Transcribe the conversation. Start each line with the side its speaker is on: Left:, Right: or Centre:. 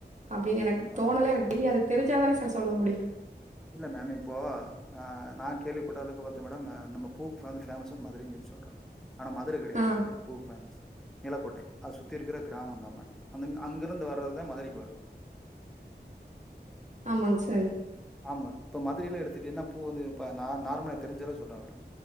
Right: அப்டின்னு எனக்கு
Centre: அதான்
Right: தோணல
Centre: மேடம்
Right: எனக்கு தெரியாது தெரிஞ்சாதானே சார் சொல்லமுடியு
Centre: இல்ல மேம் இப்போ நா நா கேள்விப்பட்ட அளவுக்கு பத்தேன் மேடம் நம்ம பூக்கு வந்து ஃபேமஸ் வந்து மதுரைன் சொல்லி சொல்றா ஆனா மதுரை கெடையாது
Right: ஆ
Centre: மேடம் பூக்கு ஃபேமஸ் நிலக்கோட்டை அத சுத்தி இருக்கிற கிராமம் தான் மேடம் அந்த அங்க ருந்து வர்றதுதான் மதுரைக்கு வரு
Right: ஆமாங் சார்
Centre: ஆமா மேடம் இப்ப மதுரையில எடுத்துட்டேன்னா பூ வந்து இ ப நார் நார்மலா தெரிஞ்ஜளவு சொல்ற மேடம்